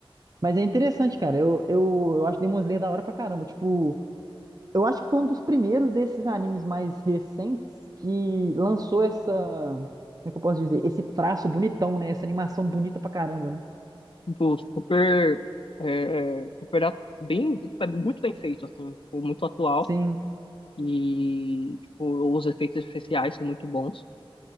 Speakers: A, on the right; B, on the left.
A: Mas é interessante, cara. Eu, eu, eu acho Demon Slayer da hora pra caramba. Tipo. Eu acho que foi um dos primeiros desses animes mais recentes que lançou essa, como é que eu posso dizer? Esse traço bonitão, né? Essa animação bonita pra caramba, né?
B: Tipo, super, é, é, super a- bem, tipo, é muito bem feito, assim, tipo, muito atual.
A: Sim,
B: E, tipo, os efeitos especiais são muito bons.